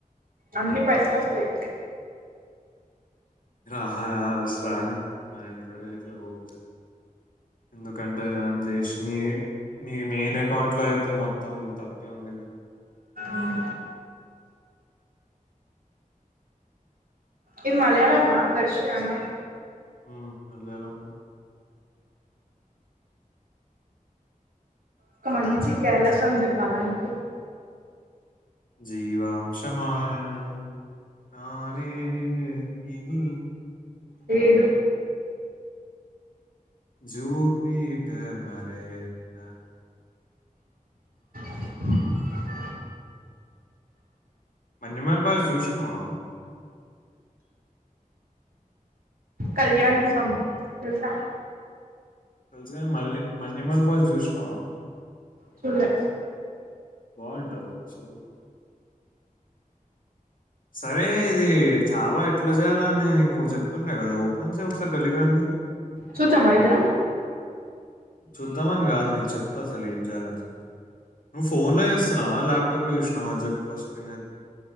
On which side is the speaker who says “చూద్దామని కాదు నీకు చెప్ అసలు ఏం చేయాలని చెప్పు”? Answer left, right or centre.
Left